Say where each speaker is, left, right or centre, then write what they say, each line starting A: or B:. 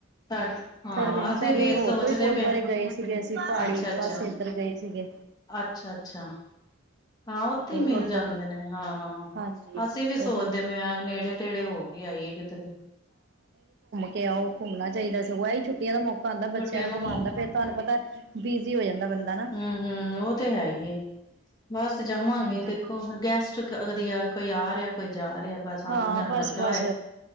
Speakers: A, on the left; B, on the right.
A: ਸਚ, ਹਾਂ
B: ਦਿਨ
A: ਅਸਥ
B: ਪਹਿਲੇ
A: ਅਸੀਂ ਵੀ
B: ਹੋਰ
A: ਸੋਚਦੇ
B: ਕੋਈ ਗੁਰਦੁਆਰੇ
A: ਪਏ ਆ।
B: ਗਏ ਸੀਗੇ ਅਸੀਂ ਪਹਾੜੀ
A: ਅੱਛਾ-ਅੱਛਾ।
B: ਪਾਸੇ ਇੱਧਰ ਗਏ ਸੀਗੇ।
A: ਅੱਛਾ-ਅੱਛਾ। ਹਾਂ ਉੱਥੇ
B: ਤੇ
A: ਮਿਲ
B: ਉੱਧਰ
A: ਜਾਂਦੇ ਨੇ ਹਾਂ।
B: ਹਾਂਜੀ
A: ਅਸੀਂ ਵੀ ਸੋਚਦੇ
B: ਇੱਧਰ
A: ਪਏ ਹਾਂ ਨੇੜੇ ਤੇੜੇ ਹੋ ਕੇ ਆਈਏ ਕਿਧਰੇ।
B: ਕਿਉਂ ਘੁੰਮਣਾ ਚਾਹੀਦਾ ਸਗੋਂ ਐ ਹੀ ਛੁੱਟੀਆਂ ਦਾ ਮੌਕਾ ਆਉਂਦਾ ਬੱਚਿਆਂ
A: ਛੁੱਟਿਆਂ
B: ਨੂੰ
A: ਦਾ
B: ਘੁਮਾਉਣ
A: ਮੌਕਾ
B: ਫੇਰ
A: ਹੁੰਦਾ
B: ਤੁਹਾਨੂੰ
A: ਆ।
B: ਪਤਾ ਬਿਜ਼ੀ ਹੋ ਜਾਂਦਾ ਬੰਦਾ ਨਾ
A: ਹੂ ਹੂ ਔ ਤੇ ਹੈ ਹੀ ਏ। ਬਸ ਜਾਵਾਂਗੇ
B: ਹਾਂਜੀ
A: ਦੇਖੋ ਹੁਣ ਗੈਸਟ ਅ ਕਦੀ ਕੋਈ ਆ ਰਿਹਾ ਕੋਈ ਜਾ ਰਿਹਾ, ਬਸ
B: ਹਾਂ
A: ਆਨ ਜਾਣ
B: ਬਸ-ਬਸ
A: ਲੱਗਾ ਹੋਆ।